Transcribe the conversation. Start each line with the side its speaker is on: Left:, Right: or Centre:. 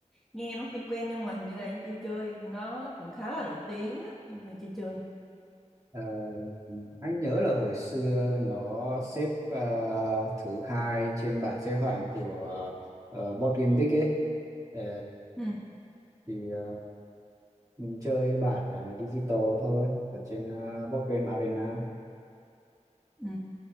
Centre: nghe nó quen quen nhưng mà hình như là anh chưa chơi. Nó cũng khá là nổi tiếng á nhưng mà chưa chơi.
Right: Ờ, anh nhớ là hồi xưa nó xếp ờ, thứ hai trên bảng xếp hạng của ờ, board game geek ấy Ờ,
Centre: Ừ.
Right: thì ờ, mình chơi bản ờ, digital thôi ở trên ờ, board game arena
Centre: Ừ.